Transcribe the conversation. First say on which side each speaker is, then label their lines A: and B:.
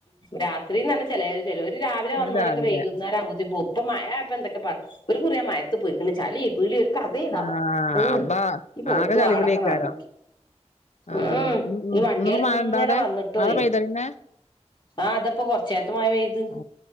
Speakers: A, on the left (about 40°); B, on the left (about 75°).
A: രാത്രിന്ന് തന്നെ ചില ചില ഒരുര് രാവിലെ വന്നോരൊക്കെ
B: രാവിലെ
A: വൈകുന്നേരാ ആമ്പതി പോവും. ഇപ്പൊ മഴ ഇപ്പൊ എന്തൊക്കെ പറ ഒരു കുറിയ മയത്ത് പോയിക്കണ്. ചളി പിളി ഇ കഥയി നട.
B: ആ
A: ഉ
B: അള്ളാ
A: ഈ പോത്തുവാടൊക്കെ
B: ആകെ ചളിപിളിയേക്കാരം
A: നടന്ന
B: ആ
A: ഉം
B: ഉം
A: ഈ വണ്ടികളിങ്ങനെ
B: ഇന്നിപ്പോ മഴ ഇണ്ടോ അവിടെ
A: വന്നിട്ടോയി
B: മഴ പെയ്തോ പിന്നെ
A: ആഹ അതപ്പോ കൊറച്ചേത്ത മഴ പെയ്ത്.
B: ആ